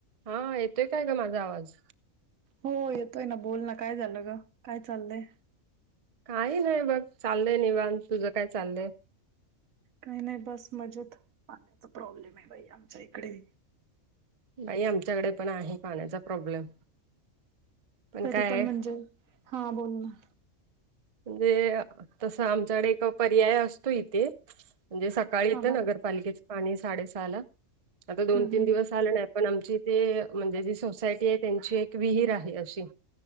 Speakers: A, on the right; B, on the right.
A: हा येतोय काय ग माझा आवाज
B: हो येतोय ना बोल ना काय झालं ग काय चाललंय
A: काही नाही बघ चाललंय निवाण तुझं काय चाललंय
B: काही नाही बस मजेत पाण्याचा प्रॉब्लेम आहे बाई आमच्या इकडे
A: बाई आमच्याकडे पण आहे पाण्याचा प्रॉब्लेम
B: तरी
A: काय
B: पण
A: आहे,
B: म्हणजे हा बोल ना
A: म्हणजे तस आमच्याकडे एक पर्याय असतो इथे म्हणजे स सकाळी येतं
B: हा हा
A: नगरपालिकेचं पाणी साडे सहा ला आता
B: हम्म
A: दोन तीन
B: हम्म
A: दिवस आलं नाही पण आमची ते म्हणजे जी सोसायटी आहे त्यांची एक विहीर आहे अशी